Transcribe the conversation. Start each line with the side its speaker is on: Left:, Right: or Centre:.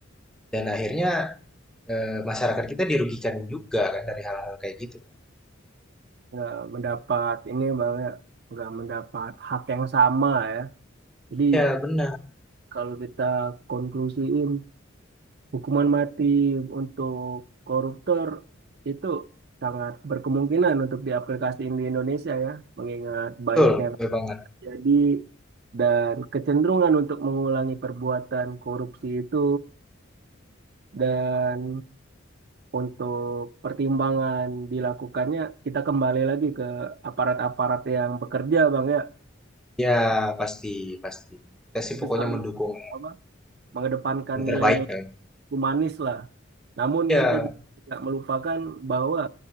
Centre: Dan akhirnya eh, masyarakat kita dirugikan juga kan dari hal-hal kayak gitu kan.
Right: nggak mendapat ini bang ya, nggak mendapat hak yang sama ya. Jadi
Centre: Ya benar,
Right: Kalau kita konklusiin hukuman mati untuk koruptor itu sangat berkemungkinan untuk diaplikasikan di Indonesia ya, mengingat banyak
Centre: betul,
Right: yang
Centre: betul banget.
Right: terjadi dan kecenderungan untuk mengulangi perbuatan korupsi itu dan untuk pertimbangan dilakukannya kita kembali lagi ke aparat-aparat yang bekerja Bang ya,
Centre: Ya pasti, pasti. Kita sih
Right: itu
Centre: pokoknya
Right: selalu
Centre: mendukung
Right: apa mengedepankan
Centre: yang
Right: nilai-nilai
Centre: terbaik kan.
Right: humanis lah. Namun
Centre: Ya,
Right: kita juga tidak melupakan bahwa